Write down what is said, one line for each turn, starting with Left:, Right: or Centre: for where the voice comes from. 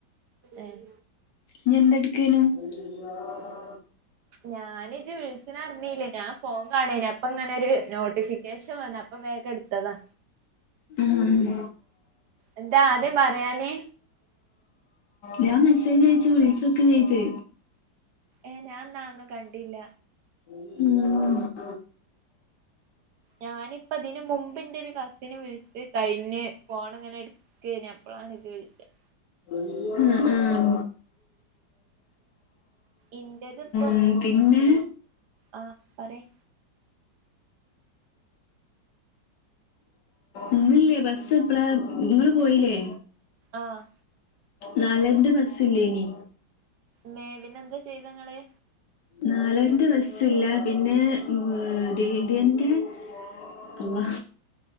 Right: ഏഹ
Left: നീ എന്തെടുക്കേനു <inaudible>
Right: ഞാൻ ജ് വിളിക്കണ അറിഞ്ഞീലേ ഞാൻ ഫോൺ കാണന അപ്പൊ ഇങ്ങനെ ഒരു നോട്ടിഫ കേഷൻ വന്നുഅപ്പ വേഗ എടുത്തതാ
Left: ഉം ഉം
Right: എന്താ ആദ്യം പറയാഞ്ഞേ
Left: ഞാൻ മെസ്സേജ് അയച്ചു വിളിച്ചൊക്കെ ചെയ്ത്
Right: ഏഹ ഞൻ എന്ന ഒന്നും കണ്ടില്ല
Left: ഉം
Right: ഞാനിപ്പ അതിന് മുമ്പ് എന്റെ ഒരു കസിന് വിളിച്ച് കഴിഞ്ഞ് ഫോണിങ്ങനെ എടു കേന അപ്പളാണ് ജ് വിളിച്ചത്
Left: ഉം ഉം
Right: ഇന്റതും
Left: ഉം പിന്നെ
Right: ആഹ് പറയ്
Left: ഇന്നില്ലേ ബസ് എപ്പളാ ഇങ്ങള് പോയിലെ?
Right: ആഹ്
Left: നാലരന്റെ ബസ്സില്ലേനി
Right: മേപിനെന്താ ചെയ്തെങ്ങള്
Left: നാലരെന്റെ ബസ്സില്ല പിന്നെ എഹ് <unintelligible> അള്ളാ